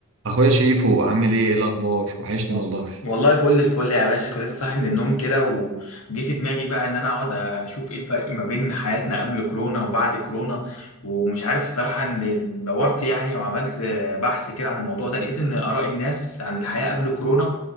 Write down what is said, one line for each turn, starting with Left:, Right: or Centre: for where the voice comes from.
Right: اخويا شريفو عامل ايه إيه الاخبار وحشني
Left: وال-
Right: والله
Left: والله فل الفل يا باشا كنت لسه صاحي من النوم كده وجه في دماغي بقى ان انا اقعد اشوف ايه الفرق ما بين حياتنا قبل كورونا وبعد كورونا ومش عارف الصراحه ان دورت يعني وعملت بحث كده عن الموضوع ده لقيت ان اراء الناس عن الحياه قبل كورونا